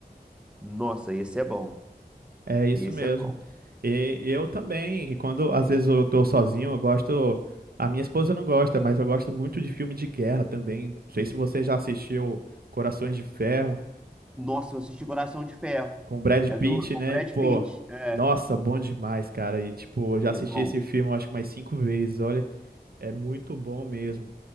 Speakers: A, in the centre; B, on the right.
A: Nossa, esse é bom.
B: É isso
A: Esse
B: mesmo.
A: é bom.
B: E eu também, que quando às vezes eu tô sozinho, eu gosto. A minha esposa não gosta, mas eu gosto muito de filme de guerra também. Não sei se você já assistiu Corações de Ferro
A: Nossa, eu assisti Coração de Ferro.
B: com o Brad
A: É
B: Pitt,
A: do, com
B: né?
A: Brad
B: Pô,
A: Pitt. É,
B: nossa, bom demais, cara. E tipo,
A: não
B: eu já assisti
A: é bom?
B: esse filme eu acho que mais cinco vezes. Olha, é muito bom mesmo.